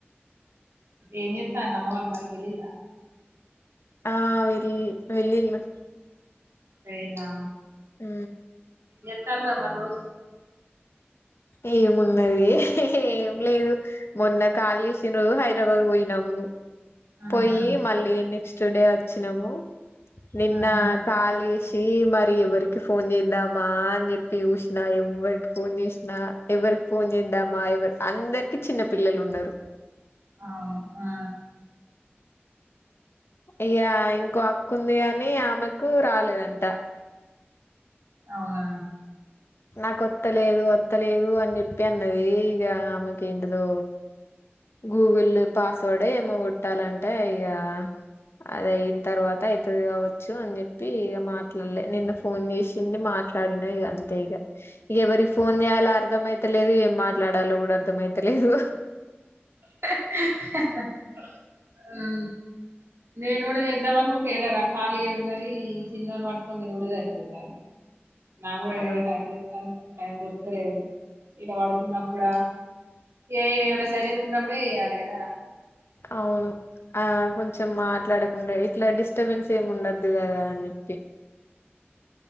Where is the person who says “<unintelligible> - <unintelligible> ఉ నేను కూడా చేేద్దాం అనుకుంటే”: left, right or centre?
Right